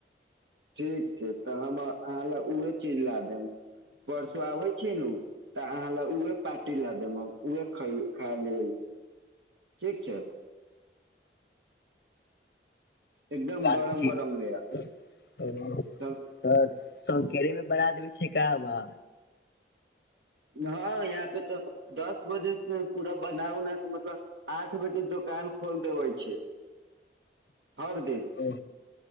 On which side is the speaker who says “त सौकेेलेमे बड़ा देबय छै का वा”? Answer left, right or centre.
Left